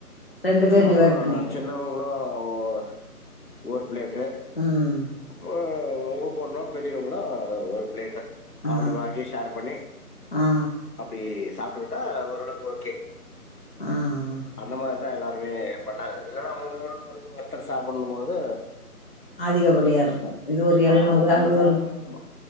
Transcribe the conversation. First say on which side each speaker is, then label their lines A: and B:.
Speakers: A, on the left; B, on the left.
A: ரெண்டு பேர்
B: நானு
A: டிவைட் பண்ணிக்கிறது
B: சின்ன வங்களும் ஒரு பிளேட்டு
A: ம்
B: அப்ப உங்க பொண்ணு பெரியவுங்களு ஒரு பிளேட்டு
A: ஆ
B: அப்டி வாங்கி ஷேர் பண்ணி
A: ஆ
B: அப் டி சாப்டுகிட்டா ஓரளவுக்கு ஓகே
A: ஆ
B: அந்த மாரி தா எல்லாருமே பண்ணாங்க இல்லைன்னா முன்னூறு குடுத்து ஒருத்தர் சாப்புடுனும்போது
A: அதிகப்படியா இருக்கு இது ஒரு எழ்நூறு
B: ஆமாம் நம்ம
A: அது
B: சாப்
A: ஒரு முன்னூறு